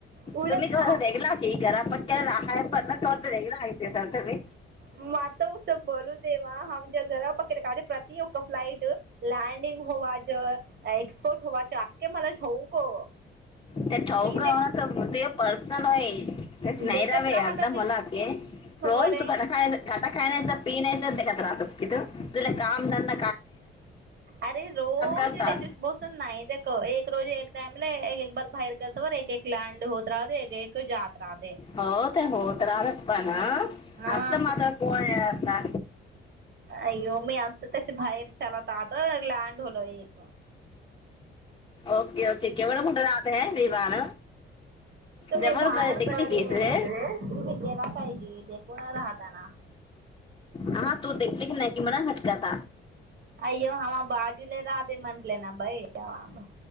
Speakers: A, on the right; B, on the left.
A: उडच
B: तुम्ही कवर
A: राहत
B: वेगळा की घरा पक्क्याला राहाय पण कवर तर वेगळा आहे ते सर तुम्ही
A: मात उ स बोल सवा हम ज गला पकडे काढ प्रति फ्लाईट लँडिंग होवा ज एक्सपोर्टवाच आखखे मला ठेऊ हो
B: त्या चौक
A: मी
B: ना
A: दे
B: तर ते पर्सनल होय तेच नाहीरवे
A: देखत राहता
B: अर्धा
A: मी
B: मला क
A: खबर
B: रोज तू कटा खा कटा खाय नाहीस पि नाहीत राहस कि तू तु काम धंद
A: अरे रोज
B: करता
A: त्याच्या बसून नाही ते एक रोज एक त्यामुळे एक एक बार बाहेर गतोवर एक एक लँड होत राहते एक एक जात राहते
B: हो ते होत राहत पण आजचा
A: हा
B: मात कोण आहे आता
A: अ येो मी आता त्याच्या बाहेर लात आता लँड होलो एक
B: ओके ओके केवढं कठ राहत ह विमान
A: तुम्ही
B: जवळ
A: भारत
B: ग- देखली की इथे.
A: तुम्ही तेरा का क ते कोुणा राहता ना
B: हा तू देखली की नाही क मना हटकाात
A: अयो हम बाजू ल रा ते म्हंटले ना बाईम